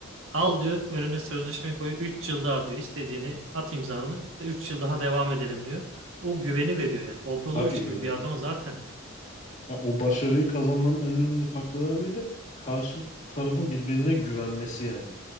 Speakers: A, on the right; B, on the left.
A: Al diyor önüne sözleşme koyu 3 yıl daha diyor. istediğini at imzalını 3 yıl daha devam edelim diyor. O güveni veriyor yani. Obradoviç
B: Tabii
A: gibi
B: yani.
A: bir adama zaten
B: Ta- o başarıyı kazanmanın en önemli faktörlerinden biri de karşı tarafın birbirine güvenmesi yani.